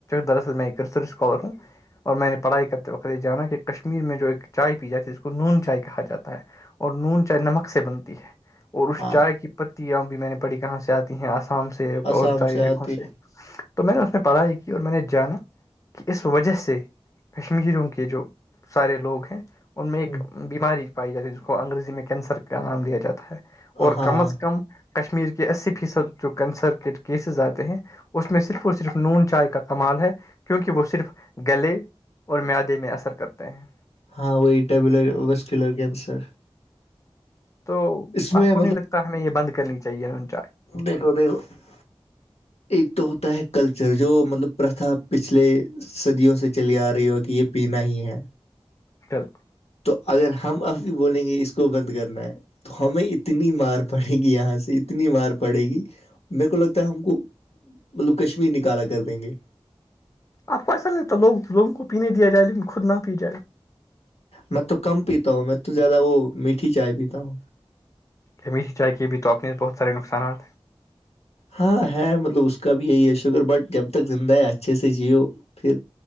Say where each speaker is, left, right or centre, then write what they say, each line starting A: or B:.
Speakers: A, on the left; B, on the left.
A: دراصل میں کرسش کور ہوں اور میں نے پڑھائی کرتے وقت یہ جانا کہ کشمیر میں جو ایک چائے پی جاتی ہے ج کو نون چائے کہا جاتا ہے اور نون چاہے نمک سے بنتی ہے اور اس
B: ہاں
A: چائے کی پتی بھی میں نے پڑی کہاں سے آتی ہیں آسام سے اور
B: آسام
A: ساری جگوں
B: آتی
A: سے
B: ہے
A: تو میں نے اس میں پڑھائی کی اور میں نے جانا کہ اس وجہ سے کشمیروں کے جو سارے لوگ ہیں ان میں ایک
B: ہوں
A: بیماری پائی جاتی ہے جس کو انگریزی میں کینسر کا نام دیا جاتا ہے اور
B: ہاں
A: کم از کم کشمیر کے اسی فیصد جو کنسر کے کیسز آتے ہیں اس میں صرف اور صرف نون چائے کا کمال ہے کیونکہ وہ صرف گلے اور میادے میں اثر کرتے ہیں
B: ہاں وہ وسرسر <unintelligible>
A: تو
B: میں
A: آپ کو نہیں لگتا ہمیں یہ بند کرنی چاہیے نون چائے
B: ب ہو د وہ <unintelligible> ایک تو ہوتا ہے کلچر جو مطلب پرتھا پچھلے صدیوں سے چلی آ رہی ہو کہ یہ پینا ہی ہے
A: چل <unintelligible>
B: تو اگر ہم اب بھی بولیں گے اس کو بند کرنا ہے تو ہمیں اتنی مار پڑے گی یہاں سے اتنی مار پڑے گی میرے کو لگتا ہے ہم کو مطلب کشمیر نکالا کر دیں گے
A: آپ کو ایسا نہیںتا لوگ لوگوں کو پینے دیا جائے لیکن خود نہ پی جائے
B: میں تو کم پیتا ہوں میں تو زیادہ وہ میٹھی چائے پیتا ہوں
A: ہمیشہ چائے کےے بھی تو اپنےس بہت سارے نقصات
B: ہاں ہے مطلب اس کا بھی یہی ہے شکر بٹ جب تک زندہ ہے اچھے سے جیو پھر